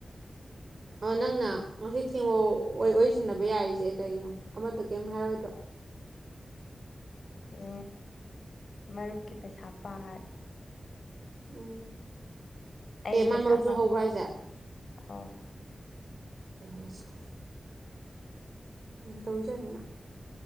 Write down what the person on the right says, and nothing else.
ꯑꯣ ꯅꯪꯅ ꯉꯁꯤ ꯊꯦꯡꯕ ꯋꯥ ꯋꯥꯔꯤ ꯁꯥꯟꯅꯕ ꯌꯥꯔꯤꯖꯦ ꯀꯩꯅꯣ ꯑꯃꯗꯣ ꯀꯩꯌꯝ ꯍꯥꯏꯔꯛꯑꯣꯏꯗ꯭ꯔꯣ
ꯎꯝ
ꯑꯦ ꯃꯥ
ꯃꯔꯨꯞꯁꯨ
ꯍꯧꯕ꯭ꯔ ꯍꯥꯏꯖꯦ
ꯀꯩꯅꯣ ꯍꯥꯏꯁꯤꯕꯣ ꯌꯥꯝ ꯇꯧꯏꯖꯥꯅꯤꯅ